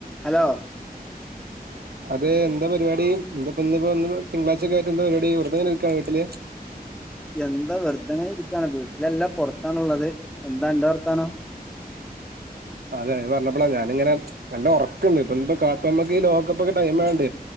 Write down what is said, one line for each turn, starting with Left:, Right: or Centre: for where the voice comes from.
Centre: Hello
Right: <unintelligible> അത് എന്ത പരിവാടി എന്താപ്പന്ന് പ്പോ ഇന്ന്പൊ തിളാഴ്ചക്കായിട്ടെന്താ പരിവാടി വെറ്തെ ങ്ങനെ നിക്കാണോ വീട്ട്ല്.
Centre: എന്താ വെറ്തെങ്ങനെരിക്കാണ് വീട്ടിലല്ല പൊർത്താണ്ള്ളത്. എന്താ അന്റെ വർത്താനം?
Right: അതെ അത് പർഞ്ഞപ്പളാ ഞാനിങ്ങനെ നല്ല ഒറക്ക്ണ്ട് ഇപ്പെന്ത് കാത്തമക്ക് ഈ ലോകകപ്പ്ക്കെ ടൈംമായൊണ്ടേ